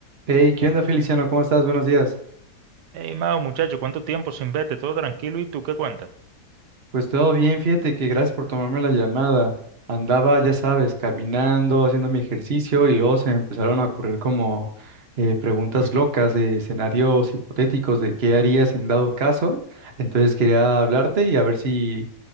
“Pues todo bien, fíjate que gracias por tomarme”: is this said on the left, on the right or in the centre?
Right